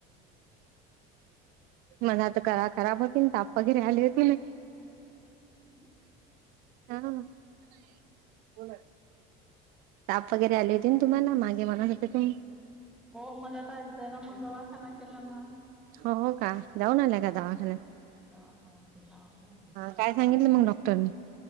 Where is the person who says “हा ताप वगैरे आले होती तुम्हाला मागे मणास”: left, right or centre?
Right